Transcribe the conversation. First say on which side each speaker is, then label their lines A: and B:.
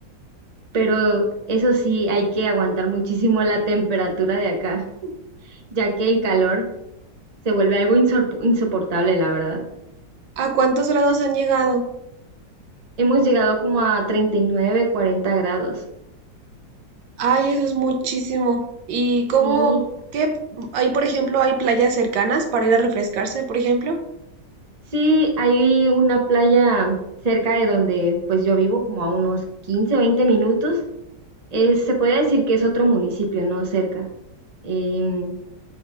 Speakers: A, on the right; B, on the right.
A: pero eso sí, hay que aguantar muchísimo la temperatura de acá, ya que el calor se vuelve algo insor- insoportable, la verdad.
B: ¿A cuántos grados han llegado?
A: Hemos llegado como a 39, 40 grados.
B: Ay, eso es muchísimo. ¿Y cómo,
A: Sí,
B: qué, ahí por ejemplo, hay playas cercanas para ir a refrescarse, por ejemplo?
A: sí, hay una playa cerca de donde pues yo vivo, como a unos 15, 20 minutos. Eh, se podría decir que es otro municipio, no cerca. Em,